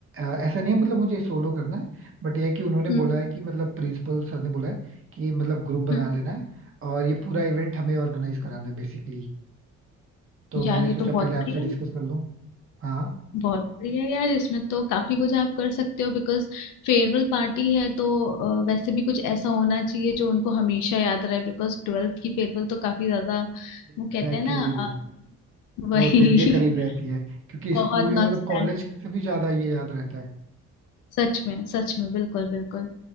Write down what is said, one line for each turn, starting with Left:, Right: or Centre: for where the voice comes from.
Right: अ, ऐसा नहीं है मतलब मुझे सोलो करना है बट ये है कि उन्होंने
Left: हम्म,
Right: बोला है कि मतलब प्रिंसिपल सर ने बोला है कि मतलब ग्रुप बना
Left: हम्म।
Right: लेना है और ये पूरा इवेंट हमें ऑर्गेनाइज कराना है बेसिकली तो मैंने
Left: यार ये
Right: सोचा
Left: तो बहुत
Right: पहले आपसे
Left: बढ़िया
Right: डिस्कस
Left: है
Right: कर लूं हाँ
Left: बहुत बढ़िया है यार इसमें तो काफी कुछ आप कर सकते हो बिकॉज फेयरवेल पार्टी है तो अ, वैसे भी कुछ ऐसा होना चाहिए जो उनको हमेशा याद रहे बिकॉज ट्वेल्थ की फेयरवेल तो काफी ज्यादा
Right: Exactly
Left: वो कहते हैं ना
Right: exactly.
Left: अ, वही
Right: वो दिल के करीब
Left: <laughs>
Right: रहती है क्योंकि
Left: बहुत
Right: स्कूल मतलब
Left: नॉस्टैल्जिक
Right: कॉलेज से भी ज्यादा ये याद रहता है
Left: सच में सच में बिल्कुल बिल्कुल